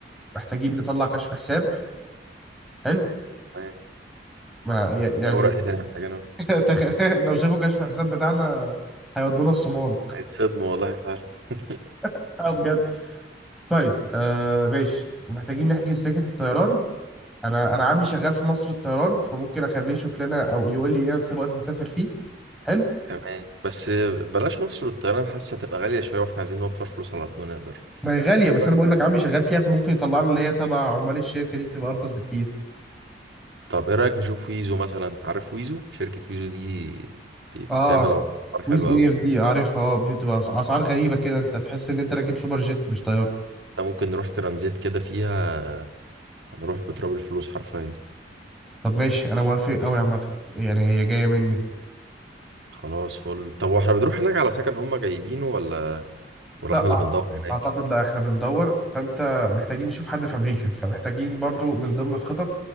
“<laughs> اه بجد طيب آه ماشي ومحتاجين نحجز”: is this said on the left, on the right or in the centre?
Centre